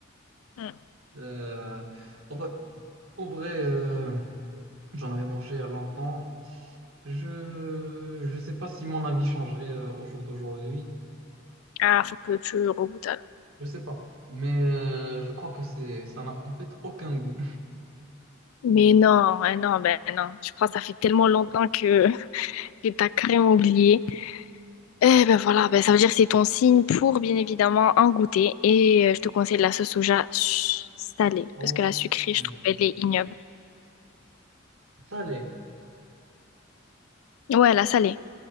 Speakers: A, on the left; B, on the right.
A: Hmm.
B: Euh, en vrai, en vrai, euh, j'en avais mangé à longtemps. Je je sais pas si mon avis changerait euh, au jour d'aujourd'hui.
A: Ah, faut que tu regoutes alors.
B: Je sais pas. Mais euh, je crois que c'est ça n'a en fait aucun goût.
A: Mais non, hein, non, ben non. Je crois que ça fait tellement longtemps que... Et t'as carrément oublié. Eh ben voilà, ben ça veut dire que c'est ton signe pour bien évidemment en goûter. Et euh, je te conseille de la sauce soja su- salée.
B: Oh.
A: Parce que la sucrée,
B: Hmm.
A: je trouve, elle est ignoble.
B: Ça
A: Ouais, la salée.